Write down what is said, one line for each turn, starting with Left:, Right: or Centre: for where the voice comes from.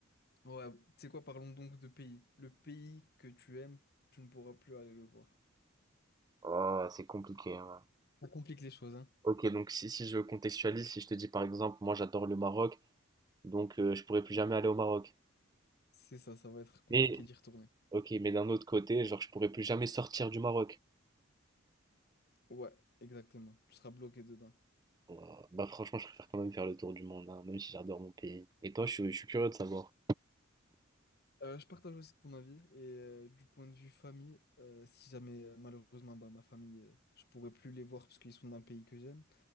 Left: Ouais, tu sais quoi, parlons donc de pays. Le pays que tu aimes, tu ne pourras plus aller le voir.
Right: Oh, c'est compliqué. hein.
Left: Ça complique les choses, hein.
Right: Ok donc si, si je contextualise, si je te dis par exemple moi j'adore le Maroc, donc euh, je pourrais plus jamais aller au Maroc.
Left: C'est ça, ça va être compliqué
Right: Mais
Left: d'y retourner.
Right: ok mais d'un autre côté, genre je pourrais plus jamais sortir du Maroc.
Left: Ouais, exactement. Tu seras bloqué dedans.
Right: Euh, Bah franchement je préfère quand même faire le tour du monde, hein, même si j'adore mon pays. Et toi je, suis- je suis curieux de savoir.
Left: Euh, je partage aussi ton avis et euh, du point de vue famille, euh, si jamais euh, malheureusement bah, ma famille, euh, je pourrais plus les voir parce qu'ils sont d'un pays que j'aime,